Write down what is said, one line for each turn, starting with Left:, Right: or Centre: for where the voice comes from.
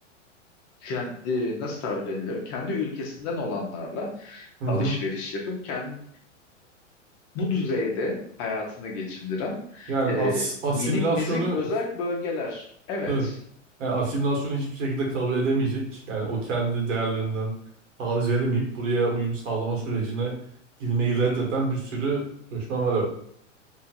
Left: kendi nasıl tabir edilir? Kendi ülkesinden olanlarla
Right: Hı
Left: alışveriş
Right: hı. hı.
Left: yapıp kendi bu düzeyde hayatını geçindiren
Right: Yani
Left: e,
Right: as asimilasyonu
Left: minik mizik özerk bölgeler.
Right: <laughs>
Left: Evet.
Right: evet. yani asimilasyonu hiçbir şekilde kabul edemeyecek. Yani o kendi değerlerinden taviz veremeyip buraya uyum sağlama sürecine girmeyi reddeden bir sürü göçmen var evet.